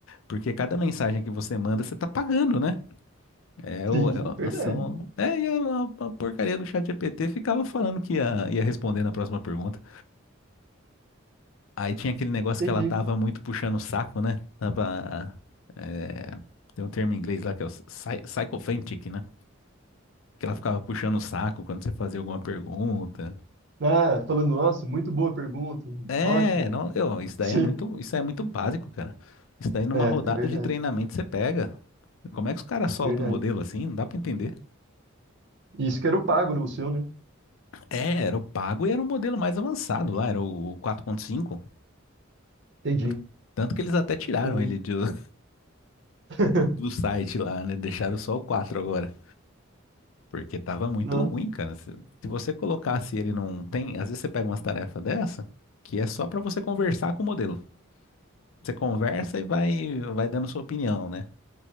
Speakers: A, on the left; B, on the right.
A: Porque cada mensagem que você manda, você tá pagando, né? É, o,
B: sim,
A: é a
B: verdade.
A: ação. É, e a, a- a porcaria do chat GPT ficava falando que ia, ia responder na próxima pergunta. Aí tinha aquele negócio
B: Entendi.
A: que ela tava muito puxando o saco, né? Tava. é, tem um termo em inglês lá que é o psy- psychophantic, né? Que ela ficava puxando o saco quando você fazia alguma pergunta.
B: Ah, falando, nossa, muito boa pergunta.
A: É,
B: Ótimo.
A: não, eu, isso daí
B: Sim.
A: é muito, isso aí é muito básico, cara. Isso daí numa
B: É,
A: rodada
B: é verdade,
A: de treinamento você pega. Como é que os caras soltam
B: verdade.
A: o modelo assim? Não dá pra entender.
B: Isso que era o pago, né, o seu, né?
A: É, era o pago e era o modelo mais avançado lá, era o 4.5.
B: Entendi,
A: Tanto, tanto que eles até tiraram
B: entendi.
A: ele de- <laughs>
B: <laughs>
A: do site lá, né? Deixaram só o 4 agora. Porque tava muito
B: Nossa,
A: ruim, cara. Se, se você colocasse ele não tem, às vezes você pega umas tarefas dessa, que é só pra você conversar com o modelo. Você conversa e vai, vai dando sua opinião, né?